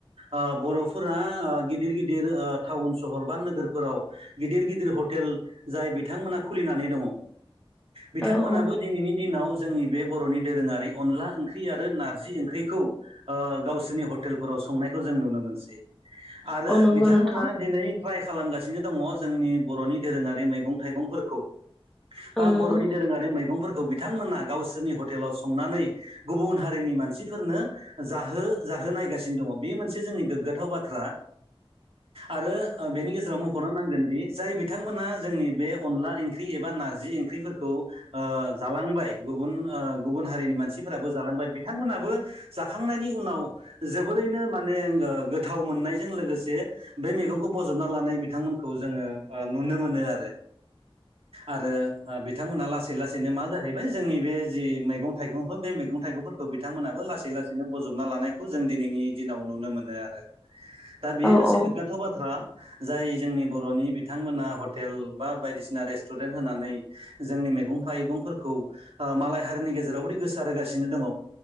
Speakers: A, on the right; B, in the centre.
A: ओ बर'फोरा ओ गिदिर गिदिर ओ टाउन सहर टाउन नोगोरफोराव गिदिर गिदिर- हथेल जाय बिथांमोना खुलिनानै दङ बिथांमोनाबो
B: औ औ
A: दिनैनि दिनाव जोंनि बे बर'नि दोरोङारि अनला ओंख्रि आरो नारजि ओंख्रिखौ गावसोरनि हटेलफोराव- संनायखौ जों नुनो मोनसै। आरो
B: औ नंगौ
A: बिथांमोना
B: नोंथां
A: दिनै ट्राइ खालामगासिनो दङ जोंनि बर'नि दोरोंङारि मैगं-थाइगंफोरखौ बा
B: औ नंगौ
A: बर' नि दोरङारि मैगं- फोरखौ बिथांमोना गावसोरनि हटेलाव संनानै गुबुन हारिनि मानसिफोरनो जाहो- जाहो नायगासिनो दङ बेयो मोनसे जोंनि गोग्गाथाव बाथ्रा आरो ओ बेनि गेजेराव मख'नो नांगोन दि जाय बि बिथांमोना जोंनि बे अनला ओंख्रि एबा नारजि ओंख्रिफोरखौ ओ जालांबाय गुबुन ओ गुबुन हारिनि मानसिफोराबो जालांबाय बिथांमोनाबो जाखांनायनि उनाव जोबोरैनो माने माने गोथाव मोननायजों लोगोसे बे मैगंखौ बजबना लानाय बिथांमोनखौ जोङो ओ नुनो मोनो आरो
B: <inaudible>
A: आरो ओ बिथांमोना लासै लासैनो मा जाहैबाय जोंनि बे जि मैगं थाइगंफोर बे मैगं थाइगंफोरखौ बिथांमोनहाबो लासै लासैनो बजबना लानायखौ जों दिनैनि दिनाव नुनो मोनो आरो दा बेयो
B: औ
A: मोनसे
B: औ
A: गोग्गाथाव बाथ्रा जाय जोंनि बर'नि बिथांमोना हटेल बा बायदिसिना रेस्टुरेन्ट होनानै जोंनि मैगंफाइगंफोरखौ बा मालाय हारिनि गेजेराव ओरैबादि गोसार होगासिनो दङ